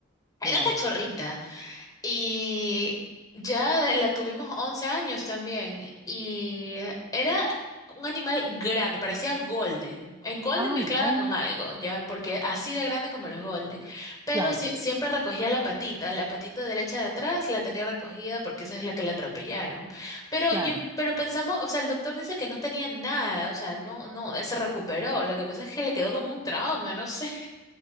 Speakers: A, on the left (about 20°); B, on the right (about 15°).
A: Era
B: ya.
A: cachorrita, y ya la tuvimos 11 años también. Y era un animal grande, parecía golden. Es golden
B: Ah,
A: mezclada
B: no.
A: con algo, ya, porque así de grande como los golden. Pero
B: Claro,
A: sie- siempre recogía la patita, la patita derecha de atrás la tenía recogida porque esa es la que la atropellaron. Pero
B: claro.
A: yo, pero pensamos, o sea, el doctor dice que no tenía nada, o sea, no, no, se recuperó. Lo que pasa es que le quedó como un trauma, no sé. <laughs>